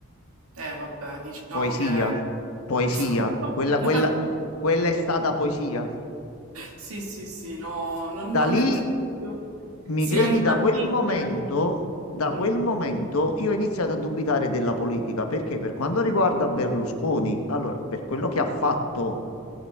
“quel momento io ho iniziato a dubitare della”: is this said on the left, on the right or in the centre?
Left